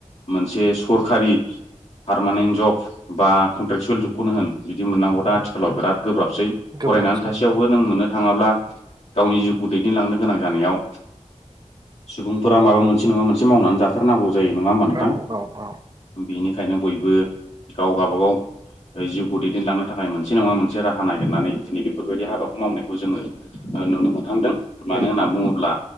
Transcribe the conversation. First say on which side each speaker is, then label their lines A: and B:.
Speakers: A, on the left (about 60°); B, on the right (about 35°).
A: मोनसे सरखारि पारमानेन्ट जब बा कन्ट्रेकसुयेल जबखौनो होन बिदि मोननांगौ दा आथिखालाव बिराद। गोब्राबसै
B: गोब्राबसै
A: फरायनानै थासेयावबो
B: औ
A: नों मोननो थाङाब्ला। गावनि जिउखौ दैदेनलांनो गोनां जानायाव सुबुंफोरा माबा मोनसे नङा मोन। एसे मावनानै जाथारनांगौ जायो नङा होमबा नोंथां
B: औ औ औ
A: बेनिख। थाखायनो बयबो गाव गावबागाव। जिउखौ दैदेनलांनो थाखाय मोनसे नङा मोनसे राहा नागिरनानै दिनै बेफोरबायदि हाबाखौ मावनायखौ जोङो। नुनो मोनथांदों मानो
B: नंगौ
A: होनना बुङोब्ला